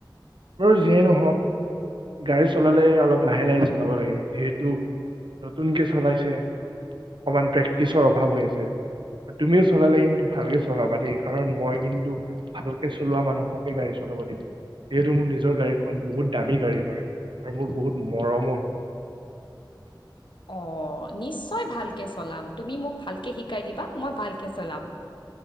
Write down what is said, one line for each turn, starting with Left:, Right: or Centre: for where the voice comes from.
Right: বাৰু যিয়েই নহওক গাড়ী চলালে অলপ লাহে- লাহে চলাব লাগে যিহেতু নতুনকে চলাইছে, অকণমান প্ৰেক্টিচৰ অভাৱ হৈ আছে। তুমিও চলালে কিন্তু ভালকে চলাবা দেই, কাৰণ মই কিন্তু ভালকে চলোৱা মানুহকে গাড়ী চ লাব দিও, যিহেতু মোৰ নিজৰ গাড়ীখন বহুত দামী গাড়ী হয় আৰু মোৰ বহুত মৰমৰ হয়। <inaudible>
Left: অ। অ নিশ্চয় ভালকে চলাম, তুমি মোক ভালকে শিকাই দিবা মই ভালকে চলাম।